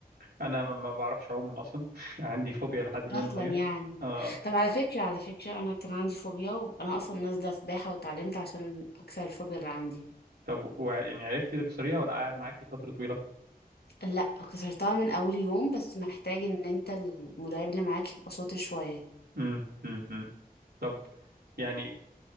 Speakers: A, on the right (about 85°); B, on the left (about 85°).
A: انا ما بعرفش اعوم من اصلا <laughs> عندي فوبيا لحد ما
B: اصلا
A: الميه
B: يعني
A: اه
B: طب على فكره على فكره انا كان عندي فوبيا وانا اصلا نازله سباحه واتعلمت عشان اكسر الفوبيا اللي عندي
A: طب و... يعني عرفتي تكسريها ولا قاعد معاكي فتره طويله
B: لا كسرتها من اول يوم بس محتاج ان انت المدرب اللي معاك يبقى شاطر شويه
A: امم امم أمم. طب يعني